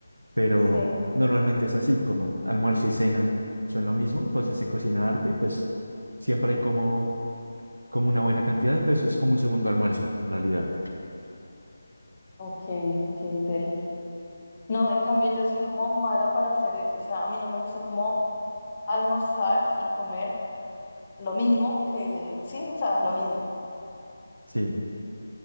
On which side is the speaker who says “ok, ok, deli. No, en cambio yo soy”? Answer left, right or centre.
Left